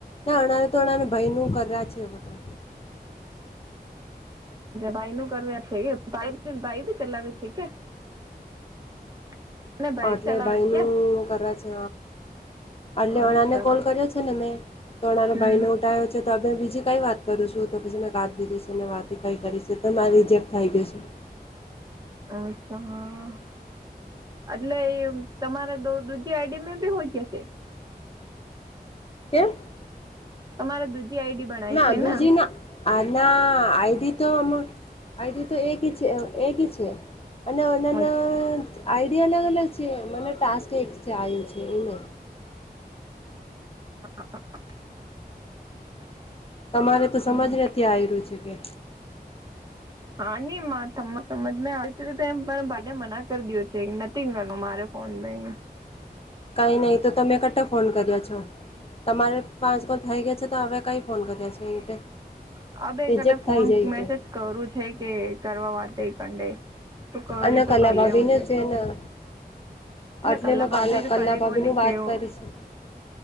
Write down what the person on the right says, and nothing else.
ભાઈ નું કર્યુઁ એટલે એમ ભાઈ બી ચલાવે ઠીક <inaudible>
ચલાવે
છે કે
અચ્છા
હમ
અચ્છા હા એટલે એ તમારે દૂસરી આઈડી મે બી હોય ગયા છે.
તમારે દૂજી આઈડી બનાય
છે
ને
અચ્છા
<unintelligible>
હમ
<unintelligible> હમ
અબે
કને ફોન
મેસેજ
કરું છે કે કરવા વાતઈ કંડે. તો કરી
તો
કર લેવું
કલા
ભાભી તો કરે
કોની
છે એવું